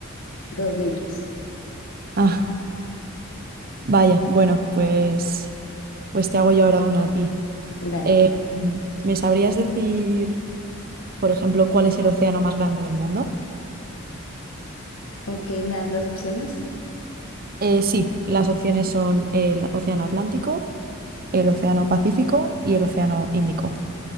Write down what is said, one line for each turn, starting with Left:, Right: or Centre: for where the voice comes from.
Left: 2 litros.
Right: Ah, vaya, bueno, pues, pues te hago yo ahora una a ti.
Left: Dale.
Right: Em, ¿me sabrías decir, por ejemplo, cuál es el océano más grande del mundo?
Left: Ok, ¿me das las opciones?
Right: Eh, sí, las opciones son el océano Atlántico, el océano Pacífico y el océano Índico.